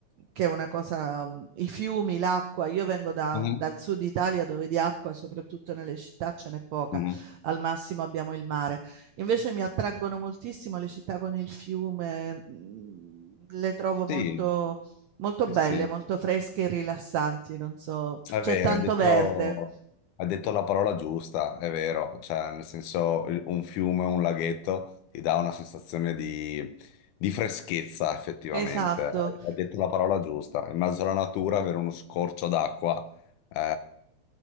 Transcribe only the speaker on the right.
che è una cosa mhmm, i fiumi, l'acqua. Io vengo da
dal sud Italia dove di acqua, soprattutto nelle città, ce n'è poca,
al massimo abbiamo il mare. Invece mi attraggono moltissimo le città con il fiume, mhmm, le trovo molto
molto
belle,
molto fresche e rilassanti, non so, c
c'è
tanto
verde.
Esatto.